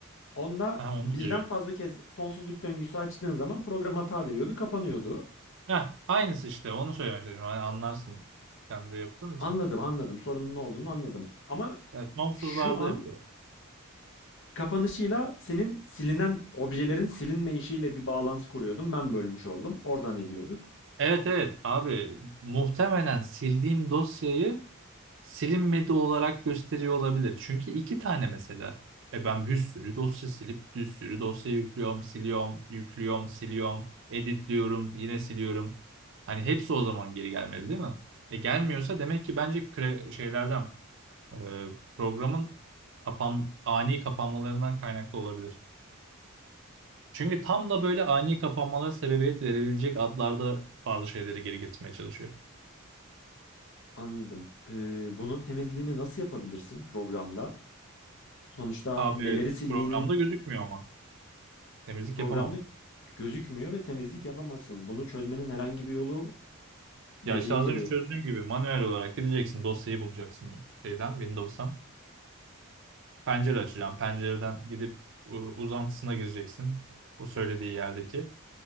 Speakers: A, on the left; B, on the right.
A: Onda
B: Ha,
A: birden
B: onu soruyorum.
A: fazla kez sonsuzluk döngüsü açtığın zaman program hata veriyordu, kapanıyordu.
B: Heh, aynısı işte onu söylemek istedim. Hani anlarsın. Sen de yaptığın için.
A: Anladım, anladım. Sorunun ne olduğunu anladım. Ama
B: Ya sonsuzlarda
A: şu an
B: yapıyor.
A: kapanışıyla senin silinen objelerin silinme işiyle bir bağlantı kuruyordum. Ben bölmüş oldum. Oradan ediyorduk.
B: Evet evet abi muhtemelen sildiğim dosyayı silinmedi olarak gösteriyor olabilir. Çünkü iki tane mesela. E ben bir sürü dosya silip bir sürü dosya yüklüyorum, siliyorum, yüklüyorum, siliyorum, editliyorum, yine siliyorum. Hani hepsi o zaman geri gelmedi değil mi? E gelmiyorsa demek ki bence kre- şeylerden e, programın kapan ani kapanmalarından kaynaklı olabilir. Çünkü tam da böyle ani kapanmalara sebebiyet verebilecek adlarda bazı şeyleri geri getirmeye çalışıyor.
A: Anladım. Eee, bunun temizliğini nasıl yapabilirsin programda? Sonuçta
B: Abi
A: neleri sildiğinin
B: programda gözükmüyor ama temizlik
A: programda
B: yapamam.
A: gözükmüyor ve temizlik yapamazsın. Bunu çözmenin herhangi bir yolu dediğin
B: Ya işte az
A: gibi
B: önce çözdüğüm gibi manuel olarak gideceksin dosyayı bulacaksın şeyden Windows'tan. Pencere açacağım. Pencereden gidip e, uzantısına gireceksin. O söylediği yerdeki.